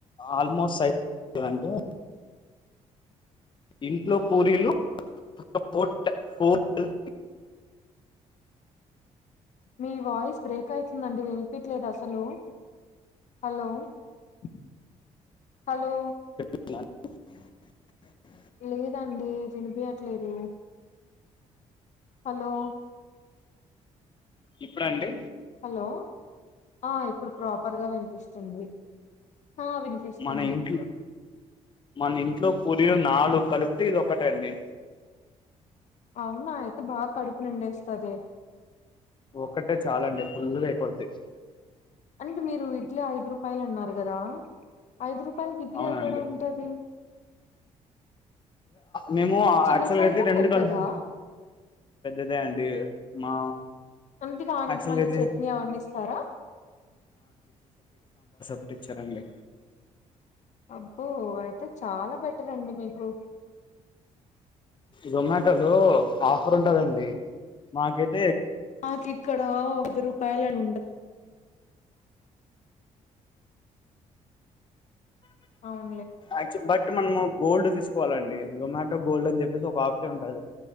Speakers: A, on the left; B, on the left.
A: ఆల్మోస్ట్ <unintelligible> అంటే ఇంట్లో పూరీలు ట్.. పు.. ట్... పు... ట్.. ల్.. హో..
B: మీ వాయిస్ బ్రేకైతుందండి వినిపియ్యట్లేద్ అసలు హలో ఫ్ హలో
A: క్ల ర్ ప్
B: లేదండి వినిపియ్యట్లేదు హలో..
A: ఇప్పుడండి
B: హలో ఆ ఇప్పుడు ప్రాపర్గా వినిపిస్తుంది ఆ వినిపిస్తుంది
A: మన ఇంట్లో మన ఇంట్లో పురి నాలుగు కలిపితే ఇది ఒకటండి
B: అవునా అయితే బాగా కడుపు నిండేస్తది
A: ఒక్కటే చాల అండి ఫుల్గా అయిపోద్ది
B: అంటే మీరు ఇడ్లీ ఐదు రూపాయలు అన్నారు కదా ఐదు రూపాయల గిడ్లీ
A: అవునండి
B: ఎక్కడ ఉంటది
A: మేము
B: చిన్న
A: యాక్చువల్గా
B: సైజా
A: అయితే రెండు
B: పెద్దదా
A: కలుపు అదే అండి మా
B: అంతే గాని ఆనికి
A: యాక్చువల్గా
B: మళ్ళీ
A: అయితే
B: చట్నీ ఎమైన ఇస్తారా
A: వచ్చారండి
B: అబ్బో అయితే చాలా బట్ రండి మీకు
A: జొమాటో లో ఆఫర్ ఉంటదండి మాకెట్
B: మాకు ఇక్కడ వది రూపాయలు అని ఉంటది అవును
A: యక్స్ బట్ మనము గోల్డ్ తీసుకోవాలండి జొమాటో గోల్డ్ అని చెప్పేసి ఒక ఆప్షన్ ఉంటది